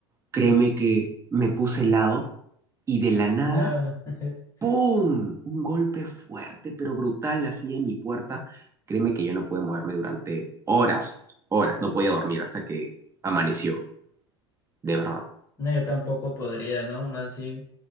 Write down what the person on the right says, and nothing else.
créeme que me puse helado y de la nada,
¡pum! Un golpe fuerte, pero brutal, así en mi puerta. Créeme que yo no pude moverme durante horas, horas, no podía dormir hasta que amaneció, de verdad.